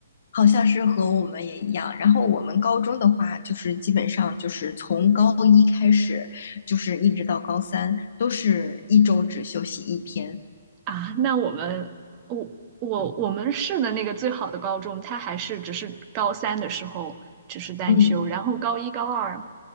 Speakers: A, on the left; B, on the right.
A: 好像是和我们也一样。然后我们高中的话，就是基本上就是从高一开始，就是一直到高三，都是一周只休息一天。
B: 啊，那我们我我我们市的那个最好的高中，它还是只是高三的时候只是单修，
A: 嗯，
B: 然后高一高二，